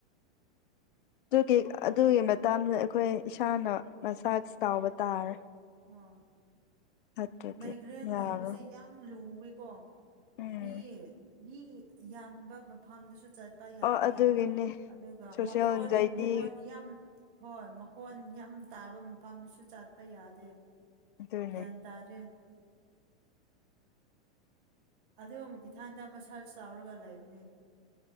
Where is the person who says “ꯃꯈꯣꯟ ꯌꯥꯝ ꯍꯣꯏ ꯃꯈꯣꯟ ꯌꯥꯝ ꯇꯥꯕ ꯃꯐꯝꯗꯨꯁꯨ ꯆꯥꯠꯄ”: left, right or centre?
Right